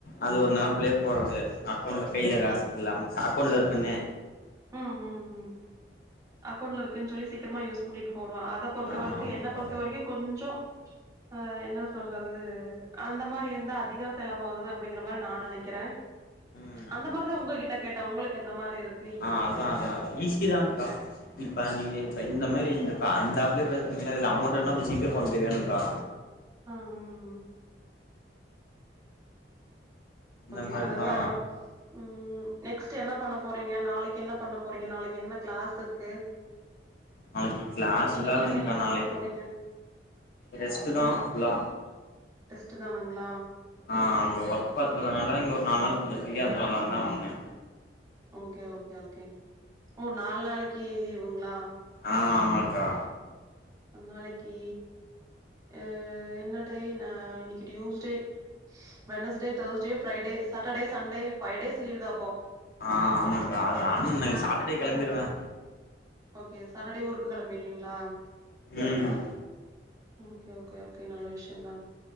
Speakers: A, on the left (about 50°); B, on the right (about 20°).
A: அது ஒன்னு ஆப்புலே போகாது அக்கௌண்ட்ல கையில காசு இல்லாம அக்கௌண்ட்ல இருக்குனே
B: ம் ம் அக்கௌண்ட்ல இருக்குனு சொல்லி சீக்கிரமா யூஸ் பண்ணிட்டு போறோ அத பொறுத்த
A: ஆமா
B: வர்க்கு
A: ஆமாக்கா
B: என்ன பொறுத்த வரைக்கு கொஞ்சொ ஆ என்ன சொல்றது அந்த மாரி இருந்தா அதிகோ செலவாகுது அப்டிங்கிற மாரி நா நெனைக்கிற
A: ம்
B: அந்த
A: ஆமாக்கா
B: மாரிதா உங்ககிட்ட கேட்டே உங்களுக்கு எந்த மாரி இர்க்
A: ஆ அதா அதா ஈஸிதாங்க்கா இப்ப நீங்க இப்ப இந்த மாரி இந்த ப அந்த அக் இப்பே பேசுனிங்கல இதுல அமௌண்ட் வேனா அப்ப ஜி பே பண்து வேனுங்க்கா
B: ஆ ஆ ஆ
A: இந்த
B: ஓகே
A: மாரிதா
B: அததா ம் நெக்ஸ்ட் என்ன பண்ண போறீங்க நாளைக்கி என்னப் பண்ண போறீங்க நாளைக்கி என்ன கிளாஸ் இருக்கு
A: நாளைக்கு கிளாஸ்லா
B: இன்னைக்கு
A: இல்லேங்க்கா
B: ஈவினிங் என்ன
A: நாளைக்கி
B: பண்ண போறீங்க
A: டெஸ்ட்தா ஃபுல்லா
B: டெஸ்ட்டு தானுங்களா
A: ஆ அங்க ஒர்க் பாக்கறதுனால இங்க ஒரு நாலு நாள் கொஞ்ச ஃப்ரீயா இருக்களாந்தா வந்தே
B: ஓகே ஓகே ஓகே ஓ நாலு நாளைக்கி லீவுங்ளா
A: ஆ ஆமாங்க்கா
B: நாளைக்கி ஆ என்னடே ந இன்னைக்கி Tuesday Wednesday Thursday Friday Saturday Sunday ஃபைடேஸ் லீவ்தா அப்போ
A: ஆ ஆமாங்க்கா அது அன் சாட்டடே கெளம்பிருவே
B: ஓகே சாட்டடே ஊருக்கு கிளம்பிருவீங்களா
A: ம்
B: ஓகே ஓகே ஓகே நல்ல விஷயந்தா